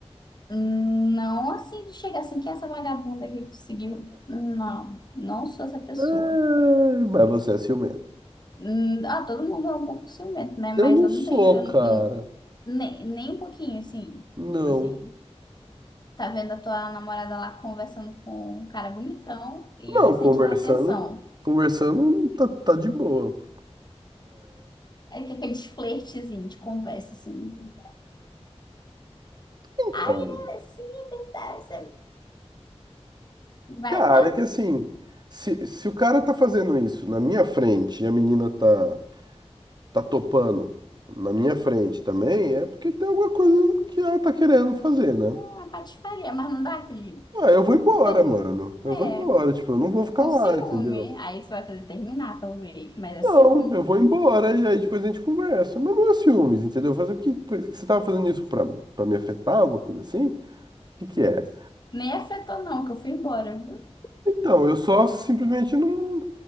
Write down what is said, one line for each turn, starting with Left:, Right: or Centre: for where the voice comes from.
Left: Hum, Não assim de chegar assim, que é essa vagabunda aqui que tu seguiu? Não, não sou essa pessoa.
Right: É, mas você é ciumenta.
Left: Hum, Ah, todo mundo é um pouco ciumento, né? Mas
Right: Eu não
Left: eu
Right: sou,
Left: não tenho, eu-
Right: cara.
Left: eu- nem, nem um pouquinho, assim.
Right: Não.
Left: Tipo assim, tá vendo a tua namorada lá conversando com um cara bonitão e
Right: Não,
Left: sem
Right: conversando,
Left: te dar atenção.
Right: conversando tá, tá de boa.
Left: Aí tem aqueles flertezinhos de conversa, assim.
Right: Então.
Left: Ai, ai, sim, é verdade. você Vai
Right: Cara,
Left: dar
Right: é que assim, se, se o cara tá fazendo isso na minha frente e a menina tá, tá topando na minha frente também, é porque tem alguma coisa que ela tá querendo fazer, né?
Left: uma patifaria, mas não dá aquele.
Right: Ah, eu vou embora,
Left: Todo
Right: mano.
Left: mundo.
Right: Eu
Left: é.
Right: vou embora, tipo, eu não vou ficar
Left: Com
Right: lá,
Left: ciúme.
Right: entendeu?
Left: Aí tu vai fazer terminar, talvez. Mas é
Right: Não,
Left: ciúme.
Right: eu vou embora e aí depois a gente conversa. Mas não é ciúmes, entendeu? Fazer o que, que você tava fazendo isso pra, pra me afetar, alguma coisa assim? O que que é?
Left: Nem afetou, não, que eu fui embora, viu?
Right: Então, eu só simplesmente não.